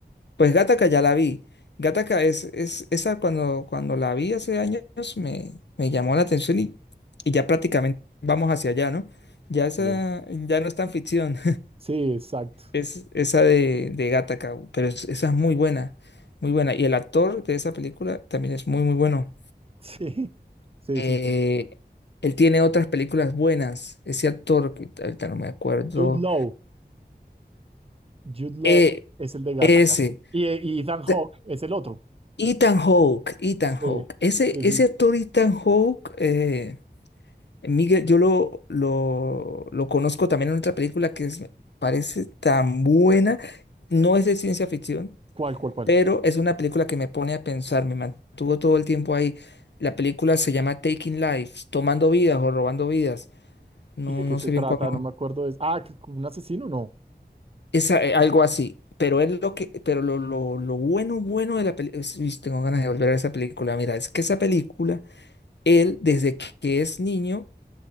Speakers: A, on the left (about 80°); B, on the right (about 35°).
A: pues Gattaca ya la vi. Gattaca es, es esa cuando, cuando la vi hace años me, me llamó la atención y, y ya prácticamente vamos hacia allá, ¿no? Ya esa,
B: Sí,
A: ya no es tan ficción.
B: sí, exacto.
A: Es esa de, de Gattaca, pero es- esa es muy buena, muy buena. Y el actor de esa película también es muy, muy bueno.
B: <laughs> Sí, sí,
A: Eh,
B: sí, sí.
A: él tiene otras películas buenas. Ese actor, que ahorita no me acuerdo.
B: Jude Law, Jude Law
A: eh,
B: es el de Gattaca.
A: ese.
B: Y, eh, y Ethan Hawke
A: O sea,
B: es el otro.
A: Ethan Hawke, Ethan
B: Sí,
A: Hawke. Ese,
B: sí,
A: ese
B: sí.
A: actor Ethan Hawke, eh, Miguel, yo lo, lo, lo conozco también en otra película que es- me parece tan buena. No es de ciencia ficción
B: ¿Cuál, cuál, cuál?
A: pero es una película que me pone a pensar, me mantuvo todo el tiempo ahí. La película se llama Taking Lives, tomando vidas o robando vidas. No,
B: ¿Y de
A: no
B: qué se
A: sé
B: trata?
A: bien cuál.
B: No me acuerdo. Es... Ah, que- un asesino, no.
A: Es a- eh, algo así. Pero es lo que, pero lo, lo, lo bueno, bueno de la película. Tengo ganas de volver a esa película. Mira, es que esa película, él, desde que que es niño,